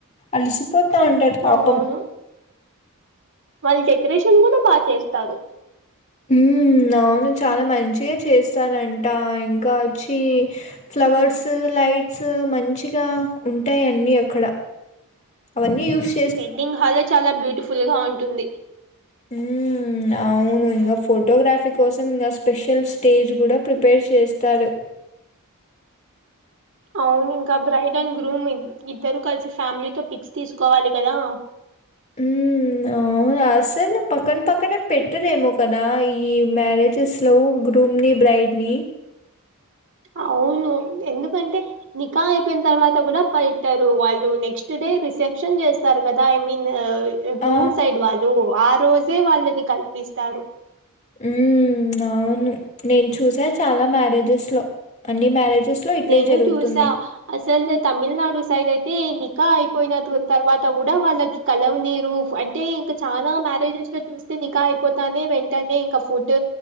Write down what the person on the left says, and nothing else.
అలిసి. పోతా ఉంటాడు పాపం.
హ్మ్మ్ అవును చాలా మంచిగా చేస్తారంటా ఇంకా చ్చి ఫ్లవర్స్ లైట్స్ మంచిగా ఉంటాయి అన్నీ అక్కడ. అవన్నీ యూస్
హ్మ్మ్ అవును ఇంగా ఫోటోగ్రఫీ కోసం ఇంకా స్పెషల్ స్టేజ్ కూడా ప్రిపేర్ చేస్తారు.
ఉమ్మ్ అవును అసలు పక్కన పక్కనే పెట్టరేమో కదా ఈ మ్యారేజెస్ లో గ్రూమ్ని బ్రైడ్ని
ఆ!
ఉ అవును నేను చూసా చాలా మ్యారేజెస్ లో అన్ని మ్యారేజెస్ లో ఇట్లే
జరుగుతుంది